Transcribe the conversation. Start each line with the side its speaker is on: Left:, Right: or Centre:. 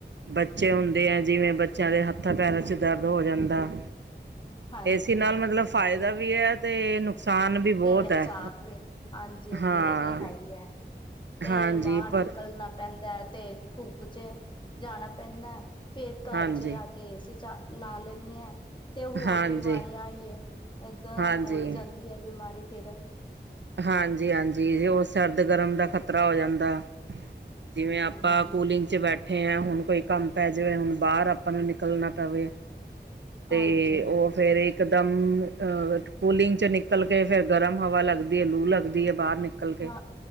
Right: ਬੱਚੇ ਹੁੰਦੇ ਐ ਜਿਵੇਂ ਬੱਚਿਆਂ ਦੇ ਹੱਥਾਂ ਪੈਰਾਂ ਚ ਦਰਦ ਹੋ ਜਾਂਦਾ
Left: ਹਾਂਜੀ
Right: ਏ ਨਾਲ
Left: ਹਾਂਜੀ
Right: ਮਤਲਬ ਫਾਇਦਾ ਵੀ ਹੈ ਤੇ ਨੁਕਸਾਨ ਵੀ ਬਹੁਤ
Left: ਤੇ ਨੁਕਸਾਨ
Right: ਹੈ
Left: ਵੀ ਹਾਂਜੀ ਹਾਂਜੀ
Right: ਹਾਂ
Left: ਇਹ ਤੇ ਹੈ ਹੀ ਐ ਤੇ
Right: ਹਾਂਜੀ
Left: ਬਾਹਰ ਨਿਕਲਣਾ
Right: ਪਰ
Left: ਪੈਂਦਾ ਐ ਤੇ ਧੁੱਪ ਚ ਜਾਣਾ ਪੈਂਦਾ ਐ ਫੇਰ ਘਰ
Right: ਹਾਂਜੀ
Left: ਚ ਆ ਕੇ ਏਸੀ ਚ ਲਾ ਲੈਨੇ ਆਂ ਤੇ ਹੋਰ
Right: ਹਾਂਜੀ
Left: ਬਿਮਾਰੀਆਂ ਹੀ ਹੈ ਏਦਾਂ
Right: ਹਾਂਜੀ
Left: ਹੋਈ ਜਾਂਦੀ ਐ ਬਿਮਾਰੀ ਫੇਰ
Right: ਹਾਂਜੀ ਹਾਂਜੀ ਉਹ ਸਰਦ ਗਰਮ ਦਾ ਖ਼ਤਰਾ ਹੋ ਜਾਂਦਾ ਜਿਵੇਂ ਆਪਾਂ
Left: ਹਾਂਜੀ
Right: ਕੂਲਿੰਗ ਚ ਬੈਠੇ ਆ ਹੁਣ ਕੋਈ ਕੰਮ ਪੈ ਜਾਵੇ ਹੁਣ ਬਾਹਰ ਆਪਾਂ ਨੂੰ ਨਿਕਲਣਾ ਪਵੇ ਤੇ
Left: ਹਾਂਜੀ
Right: ਉਹ ਫੇਰ ਇਕ ਦਮ ਅਹ ਕੂਲਿੰਗ ਚ ਨਿਕਲ ਕੇ ਫੇਰ ਗਰਮ ਹਵਾ ਲੱਗਦੀ ਹੈ ਲੂ ਲੱਗਦੀ ਹੈ ਬਾਹਰ ਨਿ ਨਿਕਲ ਕੇ
Left: ਹਾਂ